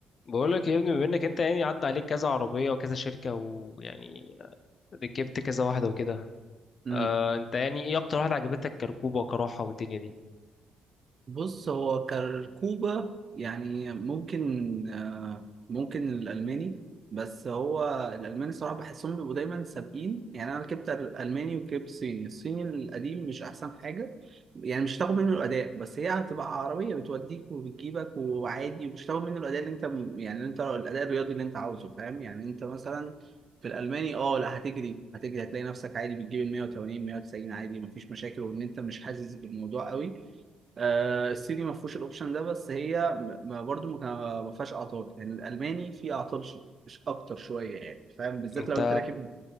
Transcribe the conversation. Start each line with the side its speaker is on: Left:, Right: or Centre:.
Left: بقول لك يا ابني بما انك انت يعني عدى عليك كذا عربيه وكذا شركه ويعني ركبت كذا واحده وكده
Right: مم.
Left: آه انت يعني ايه اكتر واحده عجبتك كركوبه وكراحه والدنيا دي
Right: بص هو كركوبة يعني ممكن آه، ممكن الألماني بس هو الألماني صراحة بحسهم بيبقوا دايما سابقين يعني أنا ركبت ألماني وركبت صيني الصيني القديم مش أحسن حاجة يعني مش هتاخد منه الأداء بس هي هتبقى عربية بتوديك وبتجيبك وعادي مش هتاخد منه الأداء اللي أنت يعني اللي أنت الأداء الرياضي اللي أنت عاوزه فاهم يعني أنت مثلا في الالماني اه لا هتجري هتجري هتلاقي نفسك عادي بتجيب ال 180 190 عادي مفيش مشاكل وان انت مش حاسس بالموضوع قوي آه، الصيني ما فيهوش الاوبشن ده بس هي م- ما برضو ما كان- ما فيهاش اعطال يعني الالماني فيه اعطال ش- ش- اكتر شويه يعني فاهم بالذات
Left: انت
Right: لو انت راكب